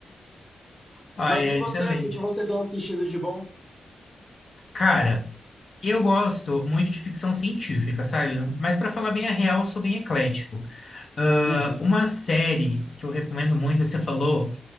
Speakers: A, on the left; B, in the centre.
A: Ah,
B: Mas
A: é
B: e você?
A: excelente.
B: O que que você tem assistido de bom?
A: Cara, eu gosto muito de ficção científica, sabe? Mas pra falar bem a real, eu sou bem eclético. Ah,
B: Uhum,
A: uma série que eu recomendo muito, você falou